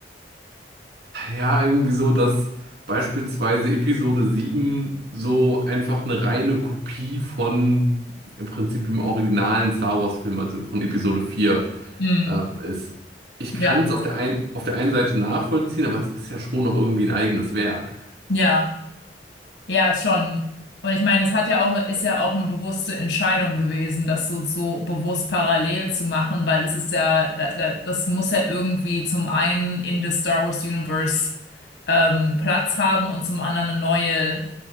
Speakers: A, on the right (about 65°); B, on the left (about 80°).
A: ja, irgendwie so, dass beispielsweise Episode 7 so einfach eine reine Kopie von im Prinzip dem originalen Star Wars-Film, also von Episode 4
B: Mhm.
A: ähm, ist. Ich
B: Ja,
A: kann es auf der ein, auf der einen Seite nachvollziehen, aber es ist ja schon noch irgendwie ein eigenes Werk.
B: ja, ja, schon. Und ich meine, es hat ja auch, ist ja auch eine bewusste Entscheidung gewesen, das so, so bewusst parallel zu machen, weil das ist ja, da, da, das muss ja irgendwie zum einen in das Star Wars Universe ähm, Platz haben und zum anderen eine neue